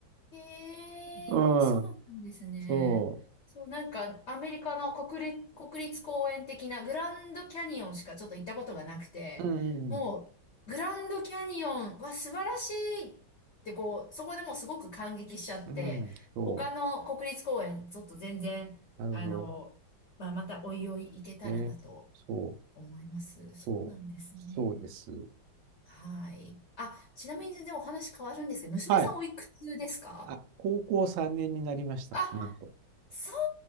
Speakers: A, on the left; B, on the right.
A: へえ、
B: うん、
A: そうなんですね。
B: そ
A: そう、なんか、アメリカの国立、国立公園的なグランドキャニオンしかちょっと行ったことがなくて、
B: う。うん、
A: もう、グランドキャニオンは素晴らしいってこう、そこでもうすごく感激しちゃって、
B: うん、うん、そ
A: 他の国立公園、ちょっと全然、
B: う。なるほど。
A: あの、まあ、またおいおい行けたらなと
B: ね。そう、
A: 思います。そうなんですね。
B: そう、そうです。
A: はい。あ、ちなみに全然お話変わるんですけど、娘さんおいくつですか
B: はい。あ、高校3年になりました、
A: あ
B: なんと。
A: そう